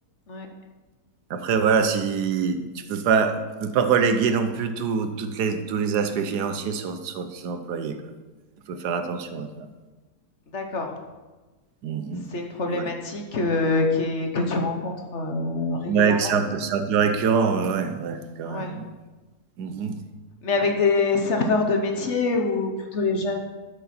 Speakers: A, on the left; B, on the right.
A: ouais,
B: Après, voilà, si tu peux pas, tu peux pas reléguer non plus tout- toutes les, tous les aspects financiers sur, sur tes employés, quoi. Il faut faire attention à ça.
A: d'accord.
B: Mhm.
A: C'est une problématique
B: Ouais.
A: euh, qui est- que tu rencontres euh, régulièrement.
B: Ouais, que c'est un peu, c'est un peu récurrent, ouais, ouais, ouais, quand
A: Ouais.
B: même. Mhm.
A: Mais avec des serveurs de métier ou plutôt les jeunes.